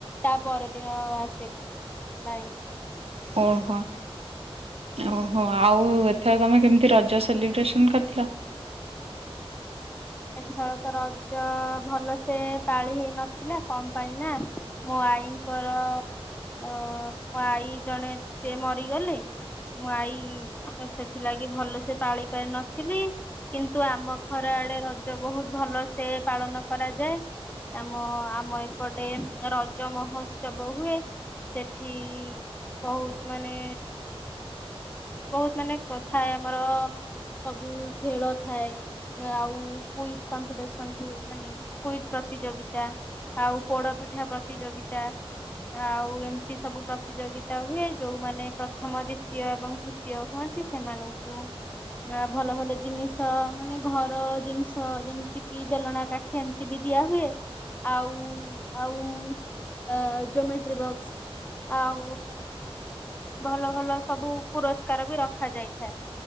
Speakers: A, on the left; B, on the right.
A: ତା ପରଦିନ ଆସେ। ଲାଇନ୍।
B: ଓହୋ। ଓହୋ ଆଉ ଏଥର ତମେ କେମିତି ରଜ ସେଲିବ୍ରେସନ କରିଥିଲ?
A: ଏଥର ତ ରଜ ଭଲସେ ପାଳି ହେଇ ନଥିଲା କଣ ପାଇଁ ନା? ମୋ ଆଈଙ୍କର ଅ ମୋ ଆଈ ଜଣେ ସିଏ ମରିଗଲେ। ମୋ ଆଈ ସେଥିଲାଗି ଭଲ ସେ ପାଳି ପାରି ନଥିଲି। କିନ୍ତୁ ଆମ ଘର ଆଡ଼େ ରଜ ବହୁତ ଭଲ ସେ ପାଳନ କରାଯାଏ। ଆମ ଆମ ଏପଟେ ରଜ ମହୋତ୍ସବ ହୁଏ। ସେଠି ବହୁତ ମାନେ। ବହୁତ ମାନେ କଥା ଏ ଆମର। ସବୁ ଖେଳ ଥାଏ ଆଉ କୁଇଜ କମ୍ପିଟିସନ ହୁଏ ମାନେ କୁଇଜ ପ୍ରତିଯୋଗିତା ଆଉ ପୋଡପିଠା ପ୍ରତିଯୋଗିତା। ଆଉ ଏମିତି ସବୁ ପ୍ରତିଯୋଗିତା ହୁଏ ଯୋଉମାନେ ପ୍ରଥମ ଦ୍ଵିତୀୟ ଏବଂ ତୃ ଇଏ ହୁଅନ୍ତି ସେମାନଙ୍କୁ ଆ ଭଲ ଭଲ ଜିନିଷ ମାନେ ଘର ଜିନିଷ ଯେମିତି କିି ବେଲଣା କା ଏମିତି ବି ଦିଆ ହୁଏ ଆଉ ଆଉ ଅ ଜୋମେଟ୍ରି ବକ୍ସ ଆଉ ଭଲ ଭଲ ସବୁ ପୁରସ୍କାର ବି ରଖା ଯାଇଥାଏ।